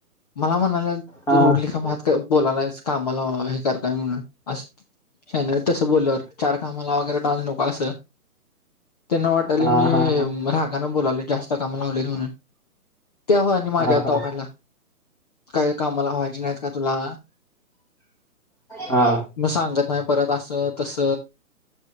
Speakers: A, on the left; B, in the centre.
A: मला म्हणाला
B: हा
A: तू रुडली का बोलालाईस कामाला हे करताय म्हण. अस शहाण्या तसं बोलल्यावर चार काम लाव खरं डान्स नको असं. त्यांना वाटालंय
B: हा
A: मी
B: हा हा
A: रागानं बोलालोय जास्त काम लावलेत म्हणून. तेव्हा आणि
B: हा
A: माझ्यावर
B: हा
A: ताव काढला काय काम लावायची नाहीत का तुला?
B: हा.
A: म सांगत नाही परत असं तस.